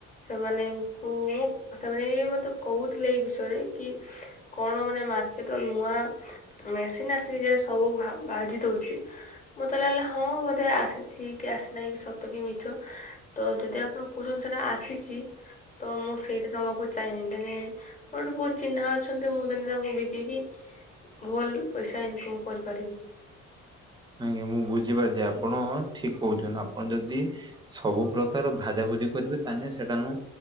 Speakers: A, on the left; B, on the right.
A: ସେମାନଙ୍କୁ ସେମାନେ ମତେ କହୁଥିଲେ ଏଇ ବିଷୟରେ କି କଣ ମାନେ ମାର୍କେଟରେ ନୂଆ ମେସି ଇଏ ଯ ସବୁ ବାଜି ଦଉଛି ମତେ ଲାଗିଲା ହଁ ବୋଧେ ଆସିଛି କି ଆସିନାହିଁ ସତ୍ କି ମିଛ ତ ଯଦି ଆପଣ କହୁଛନ୍ତିସେଟା ଆସିଛି ତ ମୁଁ ସେଇଟା ନବାକୁ ଚାହିଁବି ଏଥିରେ ମୋର ବହୁତ ଚିହ୍ନା ଅଛନ୍ତି ମୁଁ ତନେ ତାଙ୍କୁ ବିକିକି ଭଲ ପଇସା ଇନକମ୍ କରିପାରିବି।
B: ନଁ ମୁଁ ବୁଝିପାରୁଛି ଆପଣ ଠିକ କହୁଛନ୍ତି ଆପଣ ଯଦି ସବୁ ପ୍ରକାର ଭାଜା ଭୋଜି କରିବେ ତାହେଲେ ସେଟ ନୁ